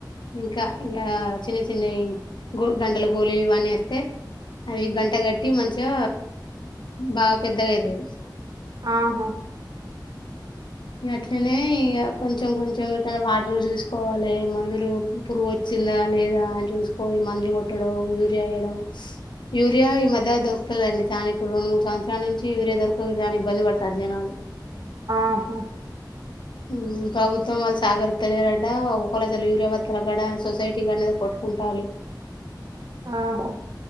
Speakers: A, on the left; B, on the right.
A: ఇంకా ఇగ చిన్న చిన్నయి గో గంటల గోళీలు ఇవన్నీ వేస్ సే అవి గంట కట్టి మంచిగ బాగా పెద్దగైతది
B: ఆహా
A: అట్లనే ఇగ కొంచెం కొంచెం త వాటర్ జూసుకోవాలె మందులు పురుగు వచ్చిందా లేదా అని చూసుకోని మందులు కొట్టడం యూరియా వేయడం. యూరియా ఈ మధ్య దొరుకతలేండి చాలా ఇప్పుడు రెండు మూడు సంవత్సరాల నుంచి యూరియా దొరకదు చానా ఇబ్బంది పడుతారు జనాలు.
B: అహా
A: మ్మ్ ప్రభుత్వం వాళ్ సాగరిత్తలేదంట ఒక్కొళ్ళు అసలు యూరియా భత్తాల్ కాడ సొసైటీ గనేది కొట్టుకుంటాళ్ళు
B: ఆహా